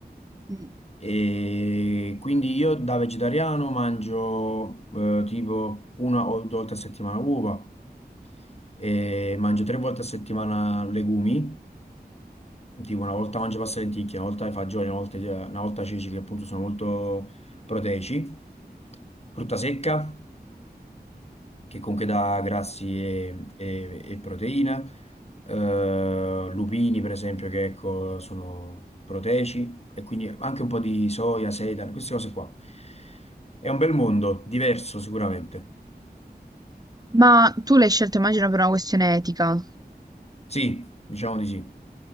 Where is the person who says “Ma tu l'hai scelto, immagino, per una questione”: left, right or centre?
Right